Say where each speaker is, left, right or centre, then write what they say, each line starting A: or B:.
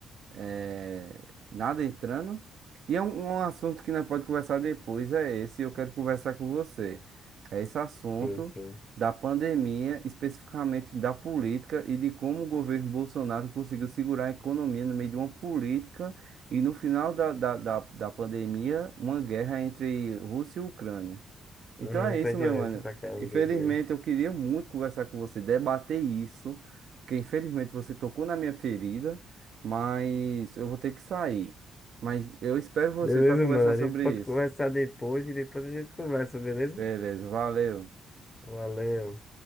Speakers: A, on the right (about 65°); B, on the left (about 20°).
A: é, nada entrando. E é um, um assunto que nós pode conversar depois, é esse, eu quero conversar com você. É esse assunto
B: sim, sim.
A: da pandemia, especificamente da política e de como o governo Bolsonaro conseguiu segurar a economia no meio de uma política e no final da, da, da, da pandemia, uma guerra entre Rússia e Ucrânia. Então
B: Hum,
A: é
B: Não tô
A: isso,
B: entendendo
A: meu mano.
B: o que você tá querendo
A: Infelizmente,
B: dizer.
A: eu queria muito conversar com você, debater isso, porque infelizmente você tocou na minha ferida, mas eu vou ter que sair. Mas eu espero você
B: Beleza,
A: para conversar
B: mano, a
A: sobre
B: gente pode
A: isso.
B: conversar depois e depois a gente conversa, beleza?
A: Beleza, valeu.
B: Valeu.